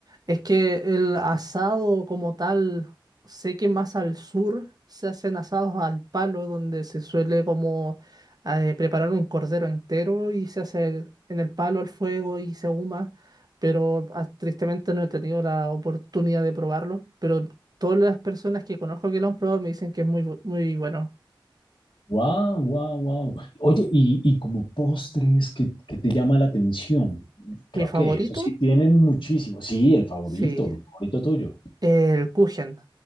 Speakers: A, on the right; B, on the left.
A: Es que el asado como tal, sé que más al sur se hacen asados al palo, donde se suele como eh, preparar un cordero entero y se hace el- en el palo al fuego y se ahuma, pero ah, tristemente no he tenido la oportunidad de probarlo, pero todas las personas que conozco que lo han probado me dicen que es muy, bu- muy bueno.
B: Wow, wow, wow. Oye, y, y como postres, ¿qué, qué te llama la atención? Creo
A: Mi favorito,
B: que eso sí tienen muchísimo. Sí, el favorito,
A: sí,
B: el favorito tuyo.
A: El Kuchen,